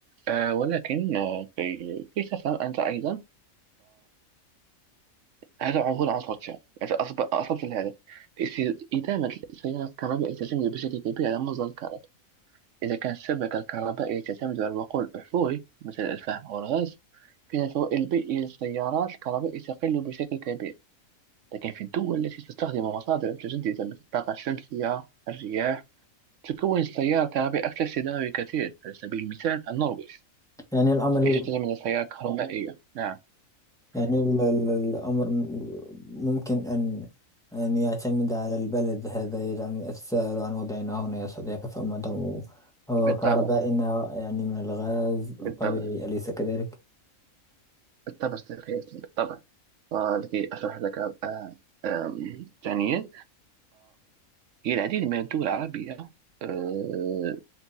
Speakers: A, on the right; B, in the centre.
A: آه، ولكن آه، كي كي تفهم أنت أيضا هذا عنوان عصر إذا أصبت الهدف إست- إدامة التيار الكهربائي تعتمد بشكل كبير على مصدر الكهرباء إذا كانت الشبكة الكهربائية تعتمد على الوقود الأحفوري مثل الفحم أو الغاز فإن الفوائد البيئية للسيارات الكهربائية تقل بشكل كبير لكن في الدول التي تستخدم مصادر متجددة مثل الطاقة الشمسية الرياح تكون السيارة الكهربائية أكثر استدامة بكثير على سبيل المثال النرويج
B: يعني الأمر
A: التي تعتمد على السيارة مم. الكهربائية نعم
B: يعني ال- ال- الأمر م- ممكن أن أن يعتمد على البلد هذا يجعلني أتساءل عن وضعنا هنا يا صديقي فما دام آه،
A: بالطبع
B: كهربائنا يعني من الغاز
A: بالطبع
B: الطبيعي أليس كذلك؟
A: بالطبع صديقي ياسين، بالطبع آه، التي أشرح لك آه، آم، ثانيا فالعديد من الدول العربية آه،